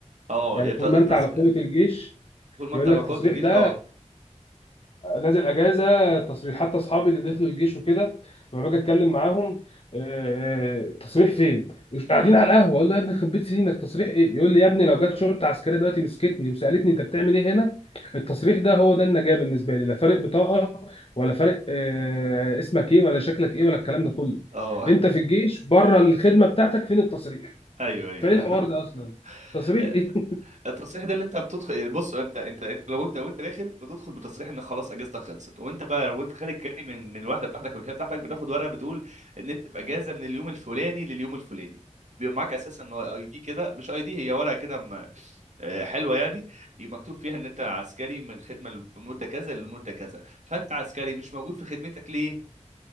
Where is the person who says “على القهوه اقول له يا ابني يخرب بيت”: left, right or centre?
Left